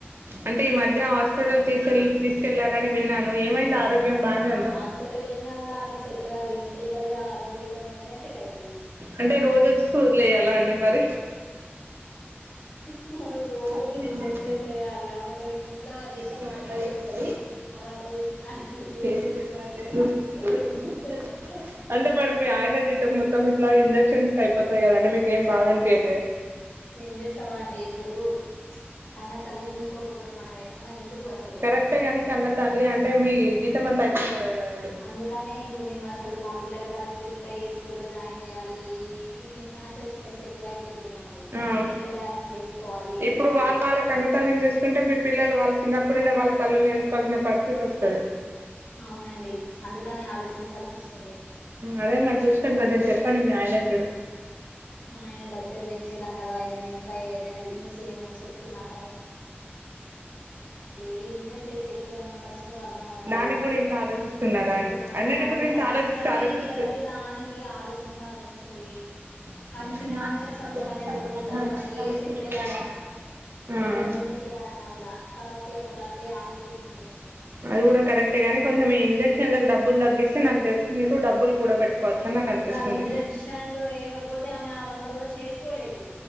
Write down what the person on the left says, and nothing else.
ఈ మధ్య
ఆ
హాస్పిటల్ ఇల్న కూడా ఆమెగ సెట్ గారు ఇంటి దగర ఆరేబ్బి తోనయిదనే సెట్ యి
హు ఆ రోజు
ఇంజెక్షన్స్ వేయాలి ఆమె అసలు ఇంట్లో జస్ట్
వంట చేస్తది ఆ వంట చేసిన దానికి daily
two hundred rupees injections వేయాలి
ఏం చేస్తావా అండి ఇప్పుడు కన్నా తల్లిని చూసుకోకపోతే మనం మనం ఎందుకు అసలు
అందుకనే ఇంకా మేము అసలు మా పిల్లల పరిస్థితి ఎట్లా ఏ స్కూల్ జాయిన్ చేయాలి ఈ ఫైనాన్షియల్ స్ట్రెస్ ఎక్కువ అయిపోతుంది మాకు
మేము ఎట్లా బ్యాలెన్స్ చేసుకోవాలి
అని
అవునండి అందుకనే ఆలోచించాల్సి వస్తుంది
మా ఆయన బడ్జెట్ పెంచేలాగా ఏదైనా ఇంకా ఏదైనా బిజినెస్ ఏమని చెప్తు నాక ఏ బిజినెస్ చేస్తే ఎక్కువ అమౌంట్ వస్తుందో అర్థం అవ్వట్లేదు
అవును
దానికోసం
ప్రతి
ప్రతి దానికి ఆలోచించాల్సి వస్తుంది
కానీ ఫినాన్షియల్ సపోర్ట్ అనేది ఒకటి ఉండాలి మనకి
ఏ స్టెప్ వేయాలన్నా ఏదైనా బిజినెస్ చేయాలన్నా కూడా కాబట్టి అసలు అట్లే ఆగిపోతున్నాం మేము
ఇప్పుడు ఆ ఇంజక్షన్లు వేయకపోతే ఆమె ఆ వంట కూడా చేసుకోలేదు